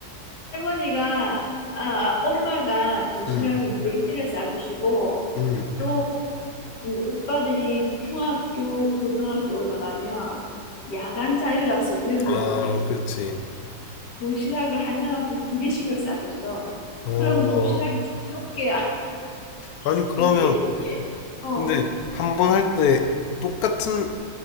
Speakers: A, on the left; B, on the left.
A: 할머니가, 아, 엄마가 도시락을
B: 음.
A: 네 개를 싸주시고,
B: 음.
A: 또 이제 오빠들이 중학교, 고등학교 올라가면 야간 자율학습 이런 게
B: 아,
A: 있기 때문에
B: 그렇지.
A: 도시락을 한 사람한테 두 개씩을 싸줬어.
B: 어.
A: 그럼 도시락이 총 몇 개야?
B: 아니,
A: <laughs>
B: 그러면,
A: 일곱 개. 어,
B: 근데, 한 번 할 때, 똑같은